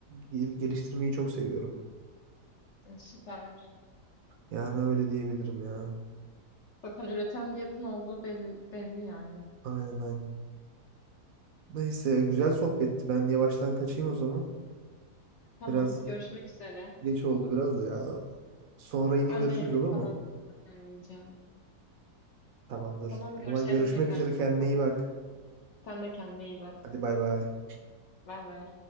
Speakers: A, on the right (about 65°); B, on the left (about 60°).
A: gel- geliştirmeyi çok seviyorum.
B: E, Süper.
A: Yani öyle diyebilirim ya.
B: Zaten üreten bir yapın olduğu belli, belli yani.
A: Aynen aynen. Neyse güzel sohbetti. Ben yavaştan kaçayım o zaman.
B: Tamam,
A: Biraz
B: görüşmek üzere.
A: geç oldu biraz da ya. Sonra yine
B: Ben
A: görüşürüz
B: de yemek
A: olur
B: falan
A: mu?
B: zaten yiyeceğim.
A: Tamamdır.
B: Tamam,
A: O
B: görüşelim
A: zaman görüşmek
B: tekrar
A: üzere
B: mutlaka.
A: kendine iyi bak.
B: Sen de kendine iyi bak.
A: Hadi bay bay.
B: Bay bay.